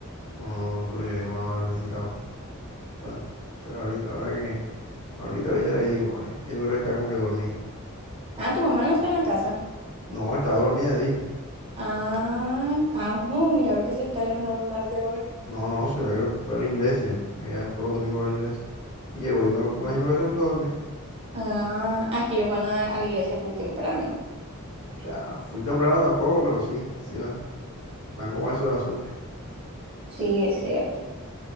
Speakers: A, on the left; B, on the right.
A: No, no, pero yo a mi mamá no la he felicitado. Bueno, será ahorita, ahora que, bueno, ahorita, ahorita le digo, pa, que yo creo que está como que dormida.
B: Ah, tu mamá no está en la casa.
A: No, está dormida, dije.
B: Ah, ajo, milagro que se está levantando tarde hoy.
A: No, no, sino que fue a la iglesia. Ella todos los domingos va a la iglesia. Y llegó y me, me imagino que se duerme.
B: Ah, ah, es que ellos van a, a la iglesia full temprano.
A: O sea, full temprano tampoco, pero sí, sí van. Van como a eso de las ocho
B: Sí, es cierto.